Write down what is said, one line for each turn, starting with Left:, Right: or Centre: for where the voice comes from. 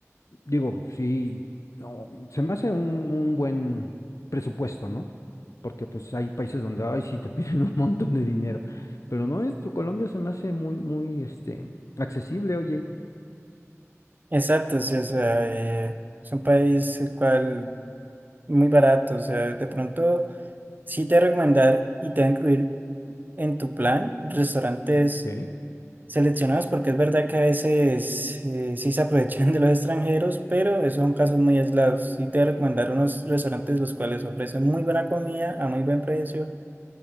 Left: Digo, sí, no, se me hace un, un buen presupuesto, ¿no? Porque pues hay países donde, ay, sí, te <laughs> piden un montón de dinero. Pero no, esto, Colombia se me hace muy, muy, este, accesible, oye.
Right: Exacto, sí, o sea, eh, es un país el cual muy barato, o sea, de pronto sí te voy a recomendar y te va a incluir en tu plan restaurantes
Left: Ok.
Right: seleccionados, porque es verdad que a veces eh, sí se aprovechan <laughs> de los extranjeros, pero esos son casos muy aislados. Sí te voy a recomendar unos restaurantes los cuales ofrecen muy buena comida a muy buen precio